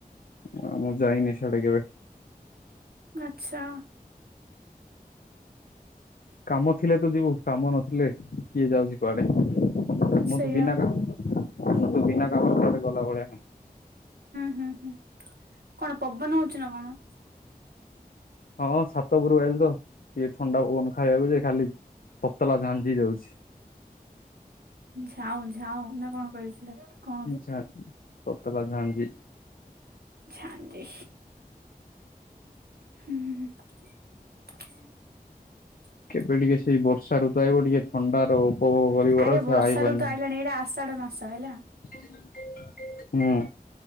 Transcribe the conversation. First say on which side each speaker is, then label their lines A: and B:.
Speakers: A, on the left; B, on the right.
A: ଆ ମୁଁ ଯାଇନି ସିଆଡେ କେବେ
B: ଆଚ୍ଛା।
A: କାମ ଥିଲେ ତ ଯିବୁ କାମ ନଥିଲେ କିଏ ଯାଉଚି କୁଆଡ଼େ। ମୁଁ
B: ସେଇଆ
A: ତ ବିନା କା ମୁଁ ତ ବିନା କାମରେ କୁଆଡ଼େ ଗଲା ଭଳିଆ <unintelligible>
B: ହୁଁ ହୁଁ କଣ ପବନ ହଉଛି ନା କଣ?
A: ହଁ ଛାତ ଉପରକୁ ଆ ତ ଟିକେ ଥଣ୍ଡା ପବନ ଖାଇବାକୁ ଯେ ଖାଲି ତତଲା ଝାଞ୍ଜି ଦଉଛି।
B: ଝାଉଁ ଝାଉଁ ନା କଣ କହିଲେ ସେଟା? କଣ କି
A: ଝା ତତଲା ଝାଞ୍ଜି।
B: ଝାଞ୍ଜି। ହୁଁ ହୁଁ‌ ହୁଁ
A: କେବେ ଟିକେ ସେଇ ବର୍ଷା ଋତୁ ଆଇବ ଟିକେ ଥଣ୍ଡା ରୁ ଉପଭୋଗ କରିବି
B: ଆରେ
A: ବରଂ ସେ
B: ବର୍ଷା
A: ଆଇବନି
B: ଋତୁ ଆଇଲାଣି ଏଇଟା ଆଷାଢ ମାସ ହେଲା
A: ହୁଁ।